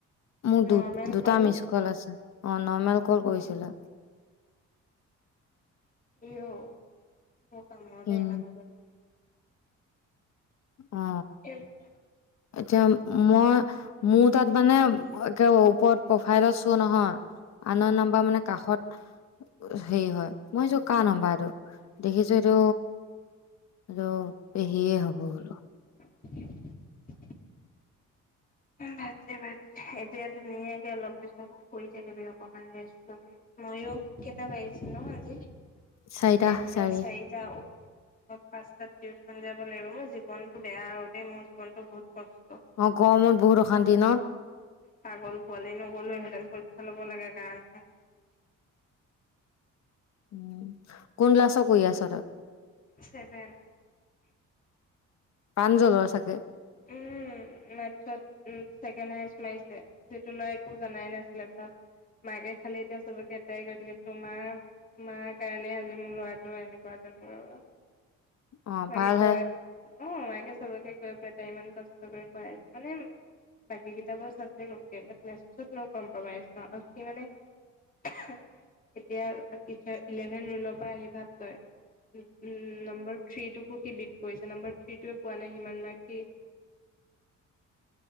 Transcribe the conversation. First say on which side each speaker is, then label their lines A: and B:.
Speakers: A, on the left; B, on the left.
A: মোক
B: নৰ্মেল
A: দু দুটা মিচ
B: নে
A: কল আছে অ নৰ্মেল কল কৰিছিলে
B: কিয় বৰ কামোৰ
A: কিন
B: দেই মানুহজনী
A: অ
B: মানুহজনী।
A: এতিয়া মই মোৰ তাত মানে একে ওপৰত প্ৰফাইল চো নহয় আননউন নাম্বাৰ মানে কাষত হেৰি হয় মই ভাবিছোঁ কাৰ নাম্বাৰ টো দেখিছো এইটো এইটো পেহিয়ে হ'ব বোলো
B: <unintelligible> বাদদে বাদদে এতিয়া ধুনীয়াকে অলপ পিছত শুই থাকিবি অকমান ৰেষ্ট লবি ময়ো কেইটা বাজিছেনো আজি
A: চাৰিটা
B: এতিয়া
A: চাৰি
B: চাৰিটা পাঁচটাত টিউশ্যন যাব লাগিব মোৰ জীৱনটো বেয়া হ দেই মোৰ জীৱনটো বহুত কষ্ট
A: অ ক অসমত বহুত অশান্তি ন
B: ছাগল পোৱালি নগলেও হেঁতেন পৰীক্ষা লব লাগে কাৰণহে
A: উ কোন লাছ কৰি আছ ত
B: ছেভন
A: প্ৰাঞ্জল চাগ
B: উম মাছত উ ছেকেণ্ড হাইষ্ট মাৰিছে যিটো ল'ৰা একো জনাই নাছিলে ভাব মাকে খালি এতিয়া চবকে এটাই কৰি থে তোমাৰ তোমাৰ কাৰণে আজি মোৰ ল'ৰাটো এনেকুৱা তেনেকুৱা
A: অ
B: মাকে
A: ভাল
B: কয়
A: হে
B: অ মাইকে চবকে ইমান মানে বী কৰি এতিয়াভেন পৰা আহি ভ উ উম নম্বৰ থ্ৰী টো ক কিব কৰিছে নম্বাৰ থ্ৰীটোৱে পোৱা নাই সিমান ম ফ